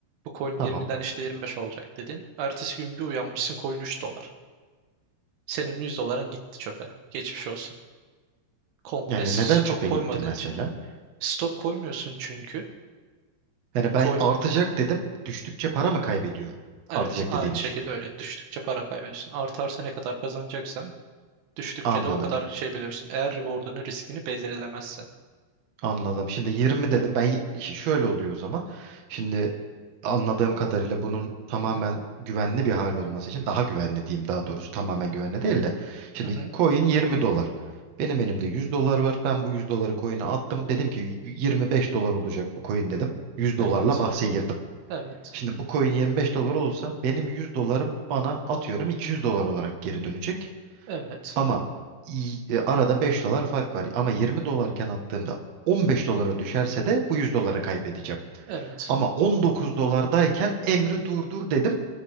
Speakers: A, on the right; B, on the right.
A: Bu coin
B: Tamam.
A: 20'den işte 25 olacak dedin. Ertesi gün bir uyanmışsın coin 3 dolar. Senin 100 doların gitti çöpe. Geçmiş olsun. Komple
B: Yani
A: stop
B: neden çöpe
A: koymadığın
B: gitti mesela?
A: için. Stop koymuyorsun çünkü.
B: Yani
A: Coin
B: ben artacak dedim. Düştükçe para mı kaybediyorum?
A: evet
B: Artacak
A: aynı
B: dediğim
A: şekilde
B: için.
A: öyle. Düştükçe para kaybediyorsun. Artarsa ne kadar kazanacaksan düştükçe
B: Anladım.
A: de o kadar şey belirsin. Eğer reward'unu riskini belirlemezsen.
B: Anladım. Şimdi 20 dedim. Ben y- işte şöyle oluyor o zaman. Şimdi anladığım kadarıyla bunun tamamen
A: Hı hı,
B: güvenli bir hal olması için daha güvenli diyeyim daha doğrusu tamamen güvenli değil de. Şimdi
A: hı hı.
B: coin 20 dolar. Benim elimde 100 dolar var. Ben bu 100 doları coin'e attım. Dedim ki 25 dolar olacak bu coin dedim. 100 dolarla
A: Evet.
B: bahse girdim.
A: Evet.
B: Şimdi bu coin 25 dolar olsa benim 100 dolarım bana atıyorum 200 dolar olarak geri dönecek.
A: Evet.
B: Ama i- e, arada 5 dolar fark var. Ama 20 dolarken attığımda 15 dolara düşerse de bu 100 doları kaybedeceğim.
A: Evet.
B: Ama 19 dolardayken emri durdur dedim.